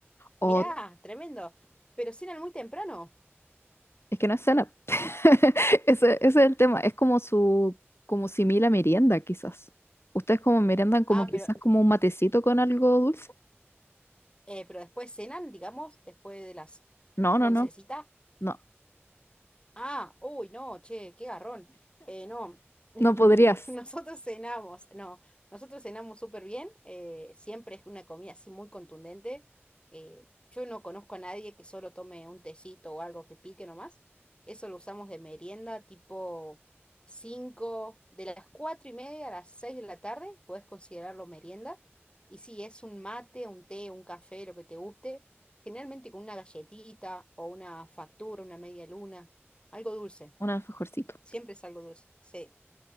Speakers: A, on the left; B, on the left.
A: mirá,
B: O
A: tremendo. Pero cenan muy temprano.
B: Es que no es cena. <laughs> Ese, ese es el tema. Es como su, como simil a merienda, quizás. ¿Ustedes como meriendan como
A: Ah,
B: quizás
A: pero
B: como un matecito con algo dulce?
A: Eh, pero después cenan, digamos, después de las
B: No,
A: oncecita,
B: no, no. No,
A: Ah, uy, no, che, qué garrón. Eh, no, <laughs>
B: no podrías.
A: nosotros cenamos, no, nosotros cenamos súper bien, eh, siempre es una comida así muy contundente. eh, yo no conozco a nadie que solo tome un tecito o algo que pique nomás. Eso lo usamos de merienda tipo cinco de las cuatro y media a las 6 de la tarde, puedes considerarlo merienda. Y sí, es un mate, un té, un café, lo que te guste, generalmente con una galletita o una factura, una media luna algo dulce,
B: Un alfajorcito.
A: siempre es algo dulce. Sí,